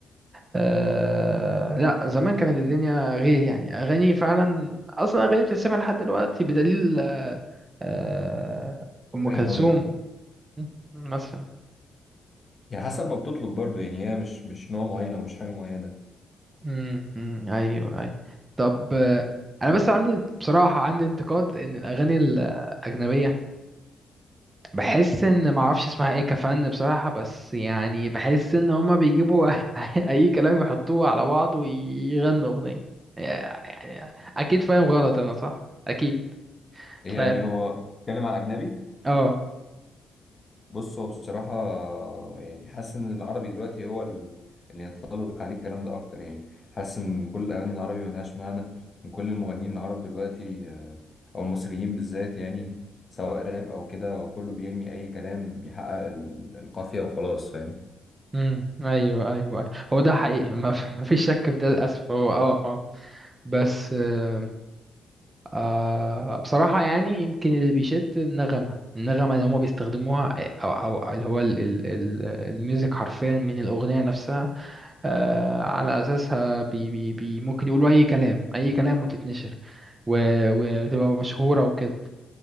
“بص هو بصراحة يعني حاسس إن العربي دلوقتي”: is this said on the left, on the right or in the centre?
Left